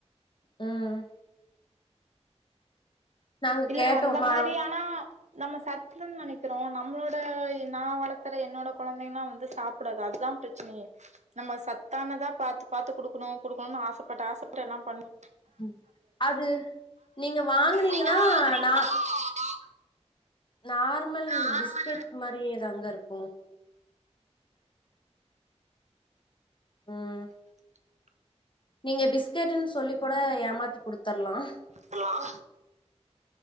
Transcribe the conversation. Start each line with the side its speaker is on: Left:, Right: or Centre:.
Left: ம் நாங்க
Right: இல்ல
Left: கேட்டோமா
Right: அந்த மாரி ஆனா நம்ம சத்துன் நெனைக்கிறோம் நம்மளோட நா வளத்தற என்னோட கொழந்தைங்கல்லா வந்து சாப்டாது அதுதா பிரச் சன நம்ம சத்தானதா பாத்து பாத்து குடுக்கணும் குடுக்கணுன்னு ஆசப்பட்டு ஆசப்பட்டு எல்லாம் பண்ணோ
Left: ம் அது நீங்க வாங்கனீங்கன்னா
Right: நீங்க வாங்குனீங்கன்னா
Left: நா நார்மல்
Right: நார்மல்
Left: பிஸ்கேட் மாரியே தாங்க இருக்கும் ம்
Right: <inaudible>
Left: நீங்க பிஸ்கேட்டுன் சொல்லி கூட ஏமாத்தி குடுத்தரலாம்
Right: சொல்லலா